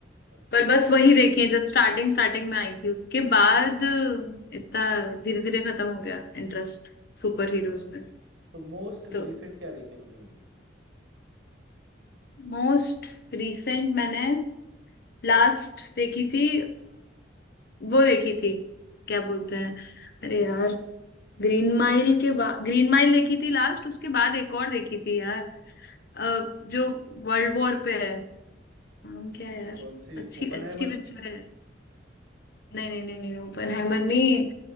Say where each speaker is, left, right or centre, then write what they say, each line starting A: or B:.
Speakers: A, on the right; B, on the left.
A: अच्छा
B: पर बस वही देखी है जब स्टार्टिंग स्टार्टिंग में आई थी उसके बाद इतना धीरे धीरे खत्म हो गया इंटरेस्ट सुपर हीरोज
A: अच्छा
B: में
A: तो मोस्ट
B: तो
A: रिसेंट क्या देखी है तुमने मूवी
B: मोस्ट रिसेंट मैंने लास्ट देखी थी वो देखी थी क्या बोलते हैं अरे यार ग्रीन माइल के बाद ग्रीन माइल देखी थी लास्ट उसके बाद एक और देखी थी यार अ, जो वर्ल्ड वॉर पे है नाम क्या है यार
A: कौन सी
B: अच्छी
A: ओपनहाइमर
B: अच्छी पिक्चर है नहीं नहीं नहीं नहीं ओपनहाइमर नहीं